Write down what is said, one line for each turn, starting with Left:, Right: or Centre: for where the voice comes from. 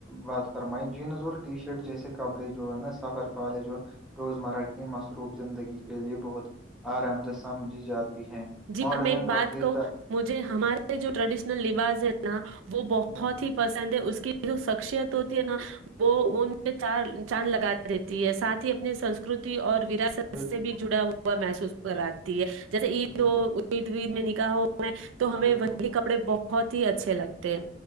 Centre: بات فرمائی جینز اور ٹی شرٹ جیسے کپڑے جو ہے نا سفر کالج اور روزمرہ کی مصروف زندگی کے لیے بہت آرام دہ سمجھی جاتی ہے
Right: جی
Centre: ماڈرن
Right: پر میں ایک بات
Centre: کپڑے
Right: کہوں مجھے ہمارے جو ٹریڈیشنل لباس ہے نا وہ بہت
Centre: بالکل
Right: ہی پ سند ہے اس کی جو شخصیت ہوتی ہے نا وہ ان میں چار چاند لگاتی دیتی ہے ساتھ ہی اپنی سنسکرتی اور ورا ست
Centre: بالکل
Right: سے بھی جڑا ہوا محسوس کراتی ہے جیسے عید
Centre: بالکل
Right: ہو عید وید میں نکاح وں میں تو ہمیں
Centre: بالکل
Right: وہی کپڑے بہت ہی اچھے لگتے